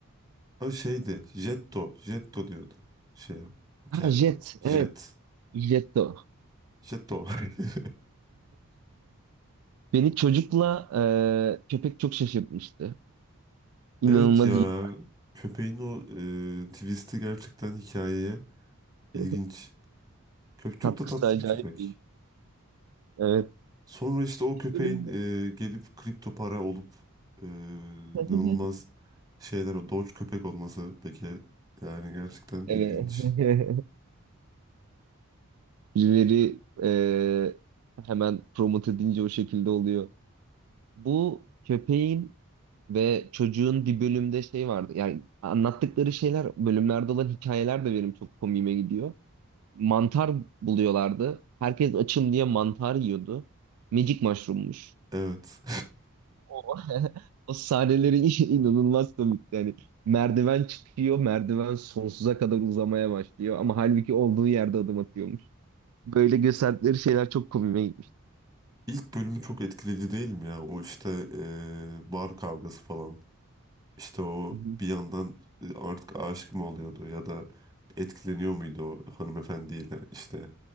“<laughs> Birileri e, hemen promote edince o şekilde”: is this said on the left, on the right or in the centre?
Right